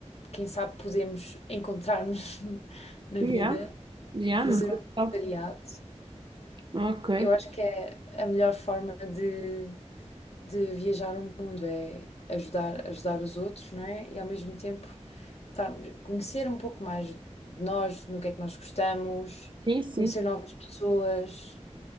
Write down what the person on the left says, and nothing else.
quem sabe podemos encontrar-nos <laughs> na
vida,
fazer
um
voluntariado.
Eu acho que é a melhor forma de, de viajar o mundo, é ajudar, ajudar os outros, não é? E ao mesmo tempo estarmos- conhecer um pouco mais de nós, no que é que nós gostamos,
conhecer novas pessoas.